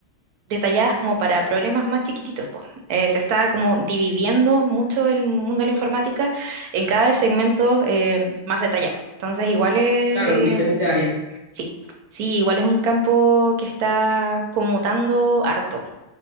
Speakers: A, on the right (about 75°); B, on the right (about 25°).
A: detalladas como para problemas más chiquititos, pues. Eh, se está como dividiendo mucho el mundo de la informática en cada vez segmentos eh, más detallados. Entonces, igual es,
B: claro, en diferentes áreas.
A: Sí, sí, igual es un campo que está como mutando harto,